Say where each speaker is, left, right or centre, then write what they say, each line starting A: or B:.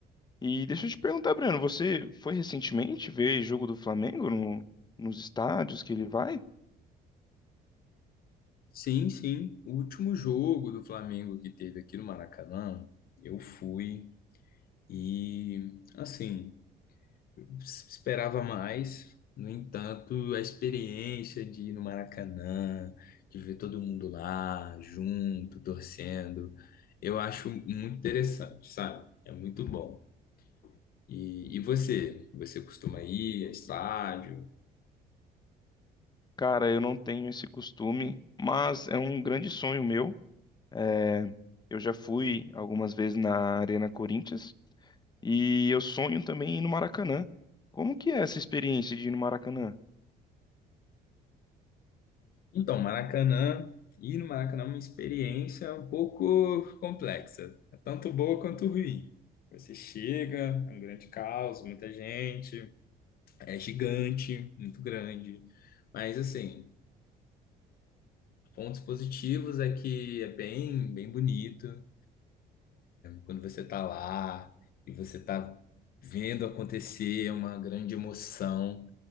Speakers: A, on the left; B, on the left.
A: E deixa eu te perguntar, Breno, você foi recentemente ver jogo do Flamengo no- nos estádios que ele vai?
B: Sim, sim. O último jogo do Flamengo que teve aqui no Maracanã, eu fui e, assim, s- esperava mais. No entanto, a experiência de ir no Maracanã, de ver todo mundo lá, junto, torcendo, eu acho muito interessante, sabe? É muito bom. E, e você? Você costuma ir a estádio?
A: Cara, eu não tenho esse costume, mas é um grande sonho meu. É, eu já fui algumas vezes na Arena Corinthians e eu sonho também em ir no Maracanã. Como que é essa experiência de ir no Maracanã?
B: Então, Maracanã, ir no Maracanã é uma experiência um pouco complexa. É tanto boa quanto ruim. Você chega, é um grande caos, muita gente, é gigante, muito grande. Mas, assim, pontos positivos é que é bem, bem bonito. Quando você tá lá e você tá vendo acontecer, é uma grande emoção.